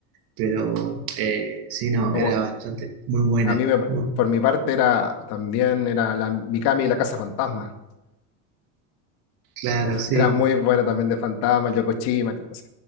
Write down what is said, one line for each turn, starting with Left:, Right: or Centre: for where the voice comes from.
Right: pero eh, sí, no,
Left: Como
Right: era bastante, muy buena.
Left: a mí me-
Right: Muy-
Left: por mi parte era también era la Mikami y la Casa Fantasma.
Right: claro, sí.
Left: Era muy bueno también de Fantasma, el Yokoshima y todo eso.